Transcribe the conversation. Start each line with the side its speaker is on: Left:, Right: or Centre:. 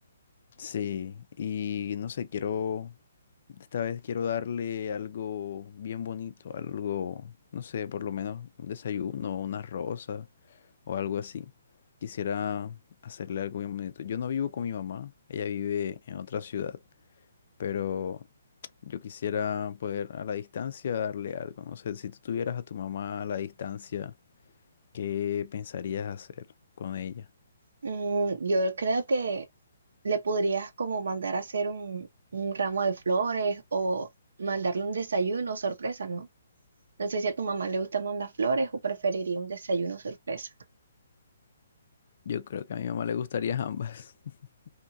Left: Sí, y no sé, quiero, esta vez quiero darle algo bien bonito, algo, no sé, por lo menos un desayuno, una rosa o algo así. Quisiera hacerle algo bien bonito. Yo no vivo con mi mamá, ella vive en otra ciudad. pero yo quisiera poder a la distancia darle algo. No sé, si tú tuvieras a tu mamá a la distancia, ¿qué pensarías hacer con ella?
Right: Mm, yo creo que le podrías como mandar a hacer un, un ramo de flores o mandarle un desayuno sorpresa, ¿no? No sé si a tu mamá le gusta mandar flores o preferiría un desayuno sorpresa.
Left: Yo creo que a mi mamá le gustaría ambas. <laughs>